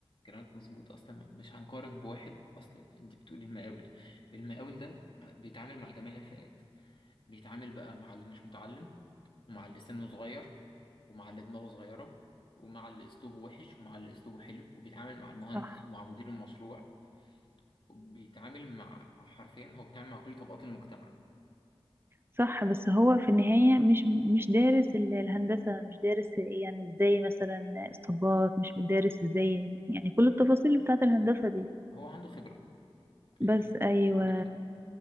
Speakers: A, on the left; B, on the right.
A: كلامك مظبوط اصلا مش هنقارن بواحد اصل انت بتقولي المقاول المقاول ده بيتعامل مع جميع الفئات بيتعامل بقى مع اللي مش متعلم ومع اللي سنه صغير ومع اللي دماغه صغيرة ومع اللي اسلوبه وحش ومع اللي اسلوبه حلو وبيتعامل مع المهندس
B: صح
A: ومع مدير المشروع بيتعامل مع حرفيا هو بيتعامل مع كل طبقات المجتمع
B: صح بس هو في النهاية مش مش دارس ال- الهندسة مش دارس إيه، يعني ازاي مثلا اسطبات مش دارس ازاي يعني كل التفاصيل بتاعت الهندسة دي
A: هو عنده خبرة
B: بس
A: خلينا نقول
B: ايوه
A: هو عنده الخبرة